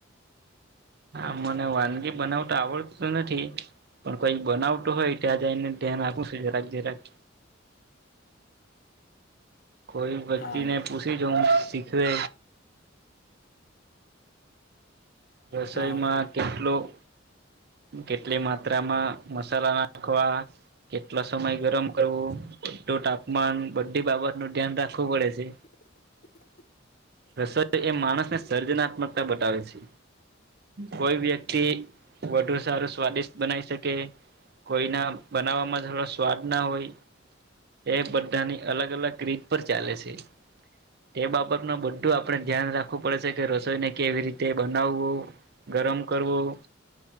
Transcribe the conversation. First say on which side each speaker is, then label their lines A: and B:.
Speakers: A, on the right (about 55°); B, on the left (about 50°).
A: હા મને વાનગી બનાવ તો આવડતતું નથી પણ કોઈ બનાવતું હોય ત્યાં જ એને ધ્યાન આપુંશું જરાક જરાક કોઈ બચ્ચીને
B: હા
A: પૃછી જ સીખે રસોઈમાં
B: હા
A: કેટલોું કેટલી માત્રામાં મસાલા નાખવા કેટલો સમય ગરમ કરવું ું તાપમાન બધી બાબત નું ધ્યાન રાખવું પડે છે
B: <inaudible>
A: રસદ એ માણસને સર્જનાત્મકતા બતાવે છે કોઈ વ્યક્તિ વધુ સારું સ્વાદિષ્ટ બનાવી શકે કોઈના બનાવવામાં થોડો સ્વાદ ના હોય એ બધાની અલગ અલગ રીત પર ચાલે છે તે બાબત ન બધું આપડણે ધ્યાન રાખવું પડે છે કે રસોઈને કેવી રીતે બન બનાવવું ગરમ કરવું